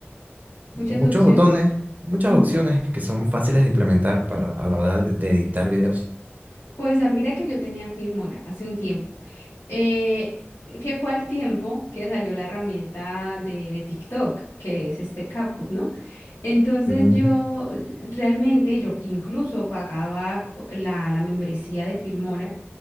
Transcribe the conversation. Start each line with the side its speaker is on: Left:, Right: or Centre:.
Left: Muchas
Right: muchos
Left: opciones.
Right: botones, muchas
Left: Ujú.
Right: opciones que son fáciles de implementar para a la hora de, de editar videos.
Left: Pues ah, mira que yo tenía Filmora hace un tiempo. Eh, que fue al tiempo que salió la herramienta de, de TikTok, que es este CapCut, ¿no? Entonces
Right: Mm.
Left: yo eh, realmente, yo incluso pagaba co- la, la membresía de Filmora